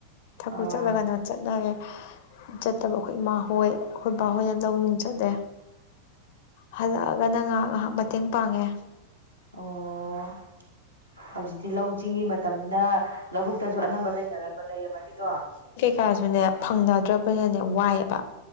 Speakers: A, on the left; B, on the right.
A: ꯊꯕꯛ
B: ꯑꯥ
A: ꯆꯠꯂꯒꯅ ꯆꯠꯅꯔꯦ ꯆꯠꯇꯕ ꯑꯩꯈꯣꯏ ꯏꯃꯥꯍꯣꯏ ꯑꯩꯈꯣꯏ ꯕꯥꯍꯣꯏꯅ ꯂꯧꯅꯨꯡ ꯆꯠꯂꯦ ꯍꯜꯂꯛꯑꯒꯅ ꯉꯍꯥꯛ ꯉꯍꯥꯛ ꯃꯇꯦꯡ ꯄꯥꯡꯉꯦ
B: ꯑꯣ ꯍꯧꯖꯤꯛꯇꯤ ꯂꯧꯆꯤꯡꯒꯤ ꯃꯇꯝꯅꯤꯅ ꯂꯧꯕꯨꯛꯇꯖꯨ ꯑꯅꯝꯕ ꯂꯩꯅꯔꯝꯕ ꯂꯩꯔꯝꯃꯅꯤꯗꯣ
A: ꯀꯥꯖꯨꯅꯦ ꯐꯪꯅꯗ꯭ꯔꯕꯅꯤꯅꯅꯦ ꯋꯥꯏꯌꯦꯕ